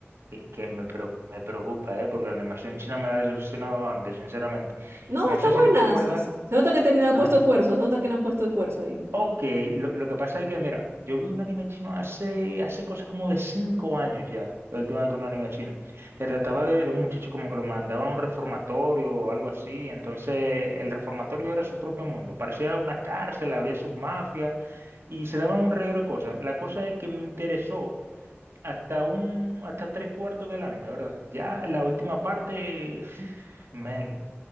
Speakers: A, on the right; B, on the right.
A: que, que me, preo- me preocupa, ¿eh? Porque la animación china me ha decepcionado antes, sinceramente.
B: No,
A: No
B: está
A: sé
B: buena.
A: si tú te acuerdas.
B: Se se nota que te le han
A: Ah,
B: puesto esfuerzo, se nota que le han puesto esfuerzo ahí.
A: ok, lo, lo que pasa es que, mira, yo vi un anime chino hace, hace cosa como de cinco años ya, la última vez que un anime chino, que trataba de, de un muchacho como que lo mandaban a un reformatorio o algo así, entonces el reformatorio era su propio mundo, parecía una cárcel, había sus mafias y se daban un reguero de cosas. La cosa es que me interesó hasta un, hasta tres cuartos del anime, ¿verdad? Ya la última parte, <sniffs> man,